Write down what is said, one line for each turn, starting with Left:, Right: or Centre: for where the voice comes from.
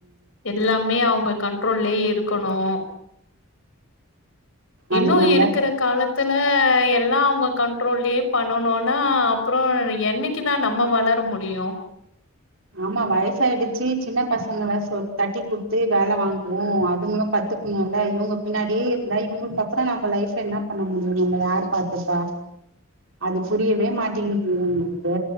Left: எல்லாமே அவுங்க கண்ட்ரோல்லய இருக்கணோ இன்னும்
Right: அதுக்கு நம்மள
Left: இருக்கிற காலத் த்துல எல்லாம் அவுங்க கண்ட்ரோல்லயே பண்ணனும்னா அப்புறோ என்னைக்கு தா நம்ம வளர முடியோ
Right: ஆமா வயசாயிடுச்சு சின்ன பசங்கல சொ தட்டி குடுத்து வேல வாங்குவோ அதுங்களு கத்துக்கணோல இவுங்க பின்னாடியே இல்ல இவுங்குளுக்கு அப்புறோ நம்ம லைஃப்ல என்ன பண்ண முடியோ நம்ம யாரு பாத்தப்பா அது புரியவே மாட்டேங்கிது இவுங்குளுக்கு